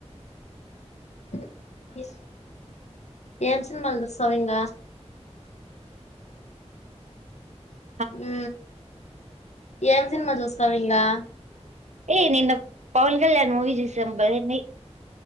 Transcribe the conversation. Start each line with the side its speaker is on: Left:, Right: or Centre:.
Left: అ ఏం సినిమాలు జూసవింగ
Right: ఉ
Left: ఊ ఏం సినిమా చూస్తావ ఇంగా
Right: ఏయ నిన్న పవన్ కళ్యాణ్ మూవి జూసం బావుంది